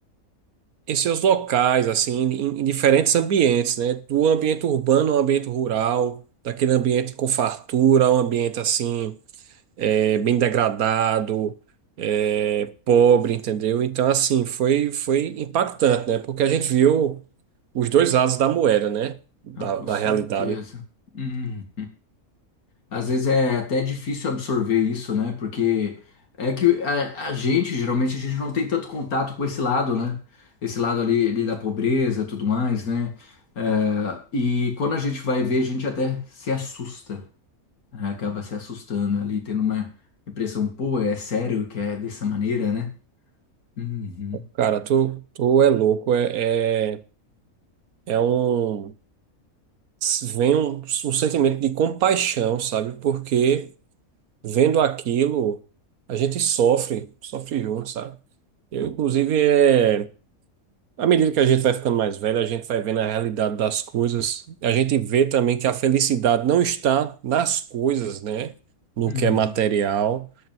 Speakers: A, on the right; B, on the left.
A: em seus locais, assim, em, em diferentes ambientes, né? Do ambiente urbano ao ambiente rural, daquele ambiente com fartura, um ambiente assim, é, bem degradado, é, pobre, entendeu? Então, assim, foi, foi impactante, né? Porque a gente viu os dois lados da moeda, né? Da,
B: Ah, com
A: da
B: certeza.
A: realidade.
B: Uhum. Às vezes é até difícil absorver isso, né? Porque é que a, a gente, geralmente, a gente não tem tanto contato com esse lado, né? Esse lado ali, ali da pobreza, tudo mais, né? É, e quando a gente vai ver, a gente até se assusta, né? Acaba se assustando ali, tendo uma impressão, pô, é sério que é dessa maneira, né? Uhum,
A: Cara, tu, tu é louco, é, é, é um. Vem um um sentimento de compaixão, sabe? Porque. vendo aquilo, a gente sofre, sofre junto, sabe? Eu, inclusive, é... à medida que a gente vai ficando mais velho, a gente vai vendo a realidade das coisas. A gente vê também que a felicidade não está nas coisas, né? No
B: uhum,
A: que é material.